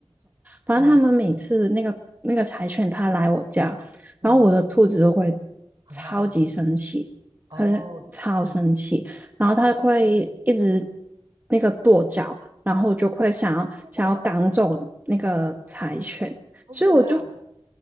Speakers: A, on the right (about 20°); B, on the right (about 55°).
A: 反正他们每次那个那个柴犬它来我家，
B: 嗯嗯，
A: 然后我的兔子都会
B: 很害怕。
A: 超级生气，
B: 哦，
A: 它是超生气，
B: 嗯
A: 然后它会一直
B: 嗯嗯，
A: 那个跺脚，然后就会想要想要赶走那个柴犬，
B: 这个叫，嗯，好可爱啊。
A: 所以我就。